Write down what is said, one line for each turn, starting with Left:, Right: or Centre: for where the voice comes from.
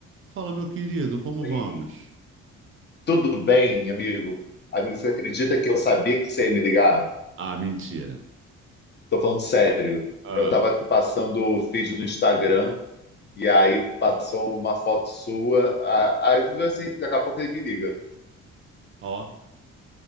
Right: Fala, meu querido, como
Left: Oi,
Right: vamos?
Left: Tudo bem, amigo? Amigo, você acredita que eu sabia que você ia me ligar?
Right: Ah, mentira.
Left: Tô falando sério.
Right: Ah,
Left: Eu tava aqui passando o feed do Instagram e aí passou uma foto sua. a- Aí eu falei assim, daqui a pouco ele me liga.
Right: ó,